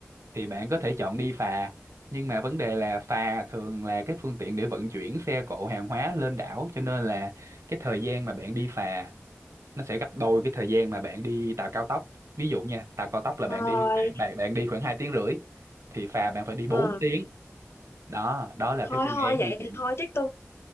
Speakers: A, on the right (about 85°); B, on the left (about 60°).
A: thì bạn có thể chọn đi phà nhưng mà vấn đề là phà thường là cái phương tiện để vận chuyển xe cộ hàng hóa lên đảo cho nên là cái thời gian mà bạn đi phà nó sẽ gấp đôi cái thời gian mà bạn đi tàu cao tốc ví dụ nha tàu cao tốc là
B: Rồi,
A: bạn đi bạn bạn, bạn đi khoảng 2 tiếng rưỡi thì phà bạn phải đi
B: ờ,
A: 4 tiếng đó đó là
B: thôi
A: cái phương
B: thôi
A: án
B: vậy
A: di chuyển
B: thôi chứ tôi,